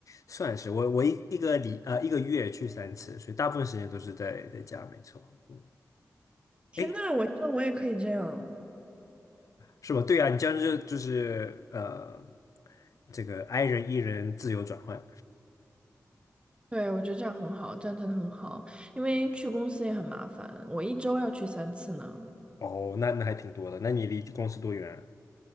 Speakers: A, on the left (about 65°); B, on the right (about 20°).
A: 算是我我一一个礼呃一个月去三次，所以大部分时间都是在在家，没错。嗯。
B: 天呐，
A: 哎，
B: 我希望我也可以这样。
A: 是吧？对啊，你这样就就是呃，这个 i 人 e 人自由转换。
B: 对，我觉得这样很好，这样真的很好，因为去公司也很麻烦，我一周要去三次呢，
A: 哦，那那还挺多的。那你离公司多远啊